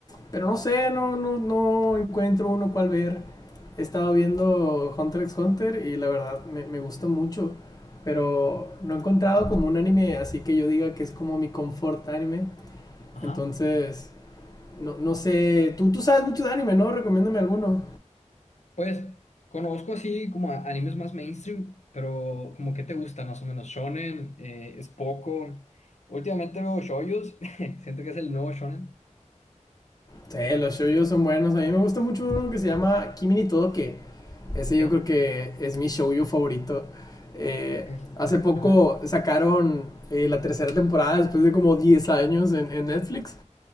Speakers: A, on the left; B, on the left.
A: pero no sé, no no no encuentro uno cual ver. He estado viendo Hunter x Hunter y la verdad me, me gusta mucho, pero no he encontrado como un anime así que yo diga que es como mi comfort anime.
B: Ajá.
A: Entonces, no, no sé, tú, tú sabes mucho de anime, ¿no? Recomiéndame alguno.
B: Pues conozco así como a- animes más mainstream, pero como que te gusta más o menos. Shonen, eh, es poco. Últimamente veo shoyos, <laughs> siento que es el nuevo shonen,
A: Sí, los shoujos son buenos. A mí me gusta mucho uno que se llama Kimi ni Todoke. Ese
B: ¿ok?
A: yo creo que es mi shoujo favorito. Eh,
B: Es,
A: hace poco
B: ajá,
A: sacaron eh, la tercera temporada después de como 10 años en, en, Netflix